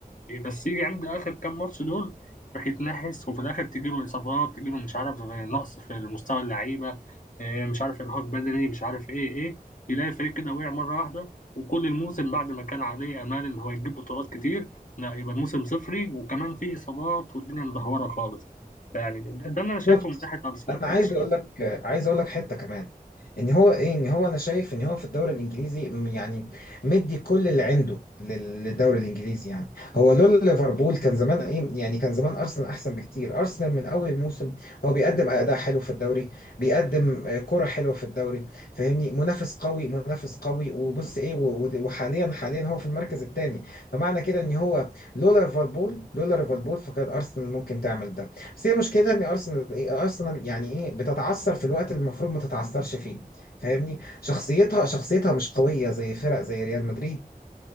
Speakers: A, on the left; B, on the left.
A: إيه، بس يجي عند اخر كام ماتش دول يروح يتنحس وفي الاخر تجيله اصابات تجيله مش عارف آه، نقص في مستوى اللعيبه آه، مش عارف ارهاق بدني مش عارف ايه ايه يلاقي الفريق كده وقع مره واحده وكل الموسم بعد ما كان عليه امال ان هو يجيب بطولات كتير لا يبقى الموسم صفري وكمان فيه اصابات والدنيا مدهوره خالص فيعني ده ده اللي انا شايفه
B: بالظبط
A: من ناحيه ارسنال
B: انا
A: أنت
B: عايز
A: شايف-
B: اقول لك عايز اقول لك حته كمان ان هو ايه ان هو انا شايف ان هو في الدوري الانجليزي م- يعني مدي كل اللي عنده لل- للدوري الانجليزي يعني هو لولا ليفربول كان زمان ايه يعني كان زمان ارسنال احسن بكتير ارسنال من اول الموسم هو بيقدم اداء حلو في الدوري بيقدم آه، كرة حلوه في الدوري فاهمني منافس قوي منافس قوي وبص ايه و- و- وحاليا حاليا هو في المركز الثاني فمعنى كده ان هو لولا ليفربول لولا ليفربول فكان ارسنال ممكن تعمل ده بس هي مشكلتها ان ارسنال ايه ارسنال يعني ايه بتتعثر في الوقت اللي المفروض ما تتعثرش فيه فاهمني شخصيتها شخصيتها مش قويه زي فرق زي ريال مدريد